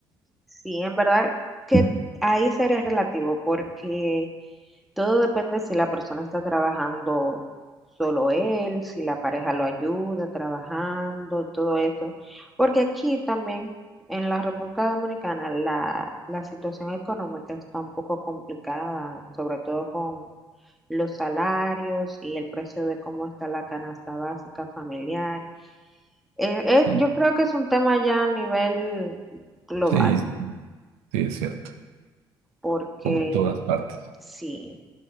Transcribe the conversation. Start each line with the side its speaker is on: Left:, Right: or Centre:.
Centre: sí, en verdad que ahí sería relativo porque Todo depende si la persona está trabajando solo él, si la pareja lo ayuda trabajando, todo eso. Porque aquí también, en la República Dominicana, la, la situación económica está un poco complicada, sobre todo con los salarios y el precio de cómo está la canasta básica familiar. Eh, eh,
Right: Sí,
Centre: yo creo que es un tema ya a nivel global,
Right: sí, sí, es cierto.
Centre: porque
Right: Por todas partes.
Centre: sí,